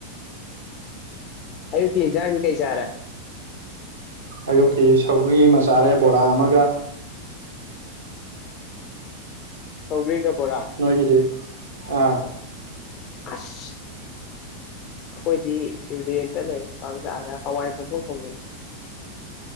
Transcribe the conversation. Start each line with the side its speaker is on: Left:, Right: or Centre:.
Left: ꯑꯌꯨꯀꯤ ꯏꯟꯖꯥꯡ ꯀꯩ ꯆꯥꯔꯦ
Right: ꯑꯌꯨꯛꯀꯤ ꯁꯧꯒ꯭ꯔꯤ ꯑꯃꯆꯥꯔꯦ ꯕꯣꯔꯥ ꯑꯃꯒ
Left: ꯁꯧꯒꯔ꯭ꯤ ꯀꯦ ꯕꯣꯔꯥ
Right: ꯅꯣꯏꯒꯤꯗꯤ ꯑꯥ
Left: ꯑꯁ ꯑꯩꯈꯣꯏꯗꯤ ꯔꯦꯟꯗ ꯂꯩꯔ ꯀꯂ ꯀꯗ ꯍꯋꯥꯏ ꯃꯟꯊꯣꯡ ꯊꯣꯡꯉꯕꯅꯤ